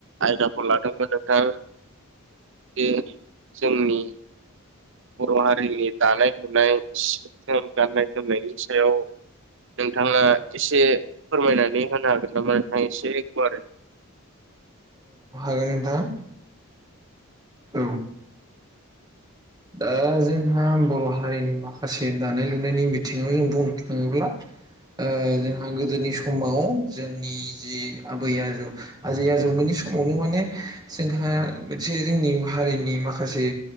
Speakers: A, on the right; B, on the right.
A: आयदाखौ लादोंमोन नोंथां बे जोंनि बर' हारिनि दानाय-लुनाय गानाय-जोमनायनि सायाव नोंथाङा एसे फोरमायनानै होनो हागोन नामा नोंथां एसे एकबार
B: ओ नोंथां औ दा जोंहा बर' हारिनि माखासे दानाय लुनायनि बिथिङाव जों बुंनो थाङोब्ला ओ जोंहा गोदोनि समाव जोंनि जे आबै आजौ आजै आजौमोननि समावनो माने जोंहा मोनसे जोंनि हारिनि माखासे